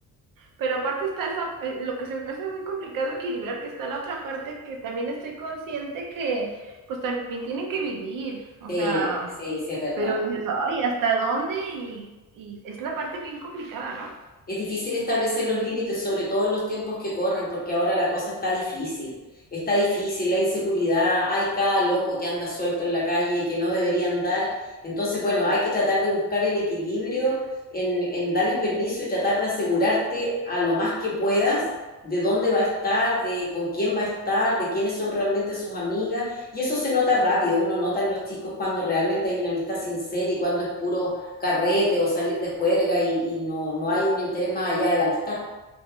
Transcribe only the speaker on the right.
Pero aparte está esa, eh, lo que se me hace muy complicado equilibrar, que está la otra parte que también estoy consciente que, pues también tienen que vivir, o
sea,
pero dices, ay, ¿hasta dónde? Y, y es la parte bien complicada, ¿no?